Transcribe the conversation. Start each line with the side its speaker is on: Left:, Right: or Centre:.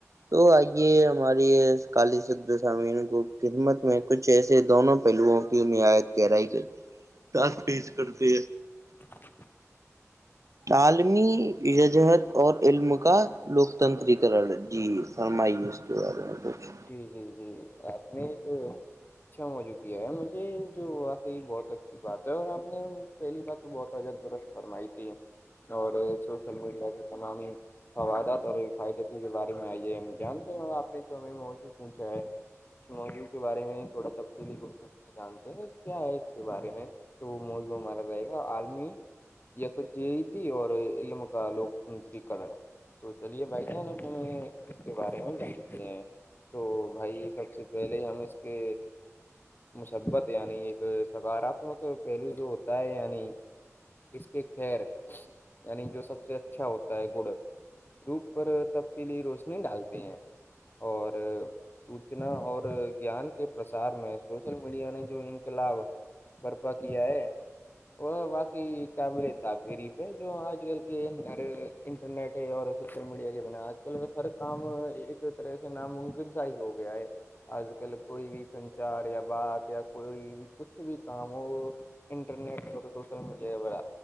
Right: تو آئیے ہماری کال ش سامین کو خدمت میں کچھ ایسے دونوں پہلوؤں کی نہعایت گہرائی کےات پیش کرتے
Left: اچ
Right: عالمی ججہت اور علم کا لوکتنتری جی فرمائیے اس کے بارے میں کچھ
Left: جی جی جی آپ نے ایک اچھا موجود ہے مجھے جو واقعی بہت اچا اچھی بات ہے اور آپ نے پہلی بات تو بہت عجر درست فرمائی تھی اور سوشل میڈیا کے تمام ہی فوادات اور فائدتی کے بارے میں آئیے ہم جانتے ہیں آنے جو م س ہے اس موضوع کے بارے میں ہی تھوڑا تفصیلی کرتے ہیں سے جانتے ہیں کہ کیا ہے اس کے بارے میں تو وہ موضوع ہمارا رہے گا عالمی یکجیتی اور علم کا لوکتنتر کلر تو چلیے بھائی جانب ہمیں اس کے بارے میں جان سکتے ہیں تو بھائی سب سے پہلے ہم اس کے محبت یعنی ایک سکاراتمک پہلو جو ہوتا ہے یعنی اس کے خیر یعنی جو سب سے اچھا ہوتا ہے گڑ روپ پر تفصیلی روشنی ڈالتے ہیں اور سوچنا اور گیان کے پرسار میں سوشل میڈیا نے جو ان کے لابھ برپا کیا ہے وہ باقی قابل پری پہ جو آج کل کے انٹرنیٹ اور سوشل میڈیا کے بنا آج کل ا ہر کام ایک طرح سے ناممکن س ہی ہو گیا ہے آج کل کوئی بھی سنچار یا بات یا کوئی بھی کچھ بھی کام ہو انٹرنیٹ سوشل میڈیا وغیرہ